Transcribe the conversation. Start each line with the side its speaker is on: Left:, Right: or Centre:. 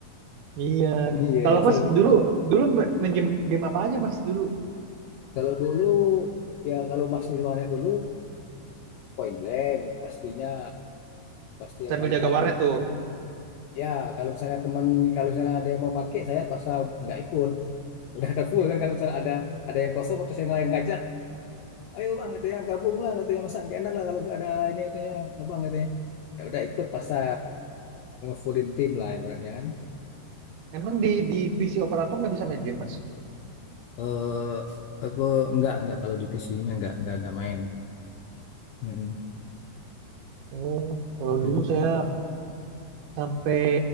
Right: Iya.
Left: <laughs> Iya,
Right: Kalau
Left: iya, itu.
Right: mas dulu dulu main game game apa aja mas dulu?
Left: Kalau dulu ya kalau masih di mana dulu Point Blank yang pastinya pasti yang
Right: sambil
Left: paling
Right: jaga
Left: rame
Right: warnet tuh.
Left: Ya, kalau misalnya teman, kalau misalnya ada yang mau pakai, saya paksa nggak ikut. Udah ada full kan, kalau misalnya ada ada yang kosong, terus yang lain ngajak, ayo bang, katanya gabung lah, katanya masa nggak enak lah kalau nggak ada ini, katanya abang katanya. Ya udah ikut paksa fullin tim lah ibaratnya kan.
Right: Emang di di PC operator nggak bisa main game, Mas?
Left: Eh, aku nggak nggak kalau di PC-nya nggak nggak nggak main. Mm-mm,
Right: Oh, kalau
Left: mm-mm.
Right: dulu saya sampai